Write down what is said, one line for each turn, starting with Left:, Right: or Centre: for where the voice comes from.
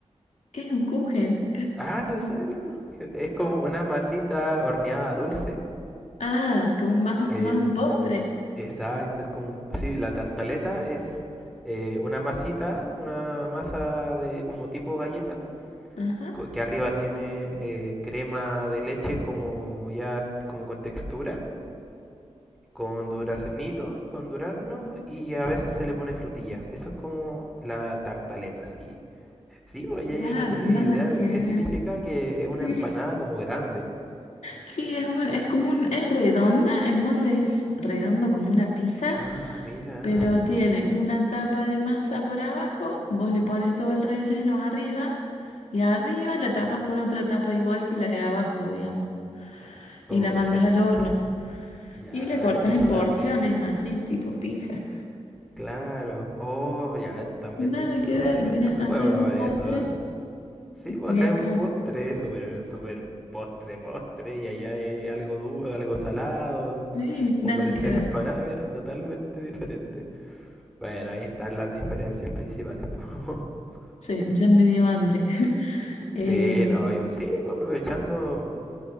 Left: ¿Qué es un kuchen?
Centre: Ah, no sabes lo que es cujera. Es como una masita horneada dulce.
Left: Ah, como más,
Centre: em,
Left: más un postre.
Centre: exacto, es como... un- Sí, la tartaleta es eh, una masita, una masa de como tipo galleta,
Left: Ajá,
Centre: co- que arriba tiene eh, crema de leche como ya como con textura, con duraznito, con durazno y a veces se le pone frutilla. Eso es como la tartaleta, sí. Sí, oye,
Left: claro,
Centre: yo no tenía
Left: nada
Centre: idea.
Left: que ver.
Centre: ¿Qué significa que es una
Left: Sí.
Centre: empanada como grande?
Left: Sí, es un- es como un, es redonda, el molde es redondo como una pizza,
Centre: Ah, mira.
Left: pero tiene una tapa de masa por abajo, vos le pones todo el relleno arriba y arriba la tapas con otra tapa igual que la de abajo, digamos,
Centre: Oh,
Left: y la mandas
Centre: qué rico.
Left: al horno
Centre: Ya,
Left: y la cortas
Centre: eso
Left: en porciones,
Centre: también.
Left: así, tipo pizza.
Centre: Claro. Oh, ya, también
Left: Nada
Centre: hay que
Left: que
Centre: probarlo.
Left: ver, mira,
Centre: También
Left: haces
Centre: voy a probar
Left: un postre
Centre: eso, ¿ah? Sí, pues
Left: de
Centre: acá
Left: acá.
Centre: es un postre, súper, súper postre, postre, y allá es algo duro, algo salado,
Left: Sí,
Centre: como
Left: nada
Centre: parecía
Left: que ver.
Centre: la empanada, era totalmente diferente. Bueno, ahí están las diferencias principales. po. <laughs>
Left: Sí, ya me dio hambre. <laughs> Eh,
Centre: Sí, no, yo, sí, pues aprovechando.